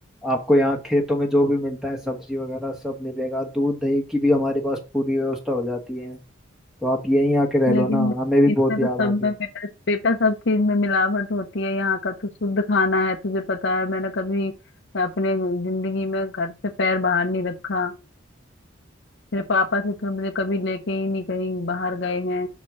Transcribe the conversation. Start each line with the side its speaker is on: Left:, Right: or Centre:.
Centre: आपको यहाँ खेतों में जो भी मिलता है सब्जी वगैरह सब मिलेगा दूध दही की भी हमारे पास पूरी व्यवस्था हो जाती है तो आप यहीं आके रह
Left: लेकिन
Centre: लो ना हमें भी
Left: इनमें
Centre: बहुत याद
Left: तो सब
Centre: आती है
Left: में बेटा बेटा सब चीज में मिलावट होती है यहाँ का तो शुद्ध खाना है तुझे पता है मैंने कभी अपने जिंदगी में घर से पैर बाहर नहीं रखा मेरे पापा से तो मुझे कभी लेके ही नहीं कहीं बाहर गए हैं